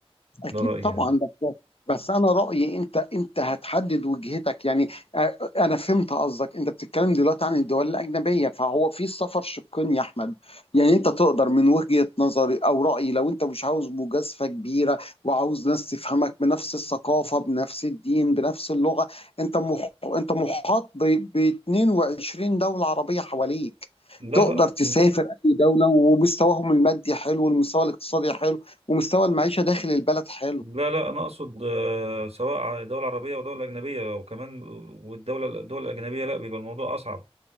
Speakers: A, on the left; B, on the right.
A: اكيد
B: ده رأيي
A: طبعا
B: يعني
A: بس بس انا رايي انت انت هتحدد وجهتك يعني آه، انا فهمت قصدك انت بتتكلم دلوقتي عن الدول الاجنبيه فهو في السفر شقين يا احمد يعني انت تقدر من وجهه نظري او رايي لو انت مش عاوز مجازفه كبيره وعاوز ناس تفهمك بنفس الثقافه بنفس الدين بنفس اللغه انت مح... انت محاط ب... ب 22 دوله عربيه حواليك
B: لا
A: تقدر
B: لا
A: تسافر اي دوله ومستواهم المادي حلو والمستوى الاقتصادي حلو ومستوى المعيشة داخل البلد حلو
B: لا لا انا اقصد آه، سواء دوله عربيه او دوله اجنبيه وكمان والدوله الدول الاجنبيه لا بيبقى الموضوع اصعب